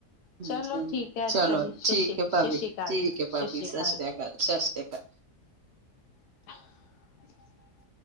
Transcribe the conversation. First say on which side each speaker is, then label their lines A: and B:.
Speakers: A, on the right (about 60°); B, on the left (about 80°).
A: ਹਾਂਜੀ
B: ਚਲੋ।
A: ਹਾਂਜੀ।
B: ਠੀਕ ਹੈ। ਅੱਛਾ
A: ਚਲੋ
B: ਜੀ ਸ਼ਸ਼੍ਰੀ-
A: ਠੀਕ ਹੈ ਭਾਬੀ
B: ਸ਼੍ਰੀ ਅਕਾਲ
A: ਠੀਕ
B: ਜੀ,
A: ਹੈ
B: ਸਤਿ
A: ਭਾਬੀ
B: ਸ਼੍ਰੀ ਅਕਾਲ
A: ਸ੍ਰੀ
B: ਜੀ।
A: ਸਤਿ ਸ੍ਰੀ ਆਕਾਲ
B: <unintelligible>